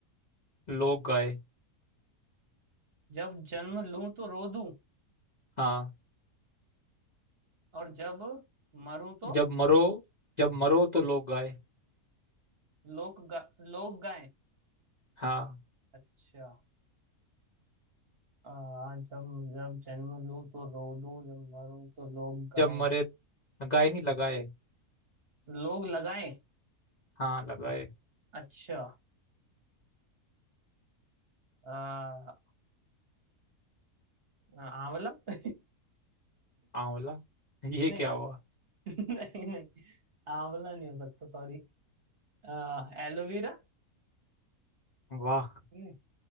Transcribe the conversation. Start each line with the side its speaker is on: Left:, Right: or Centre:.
Left: लोग गाए
Right: जब जन्म लूं तो रो दूं
Left: हाँ
Right: और जब मरूं तो
Left: जब मरो जब मरो तो लोग गाए
Right: लोग गा, लोग गाएं
Left: हाँ
Right: अच्छा आ, जब जब जन्म लूं तो रो दूं जब मरूं तो लोग गाएं
Left: जब मरे गाए नहीं लगाए
Right: लोग लगाएं
Left: हाँ लगाए
Right: अच्छा आ, आंवला <laughs>
Left: आंवला <laughs> ये
Right: नहीं
Left: क्या
Right: यार
Left: हुआ
Right: <laughs> नहीं नहीं आंवला नहीं हो सकता सॉरी आ, एलोवेरा
Left: वाह
Right: नहीं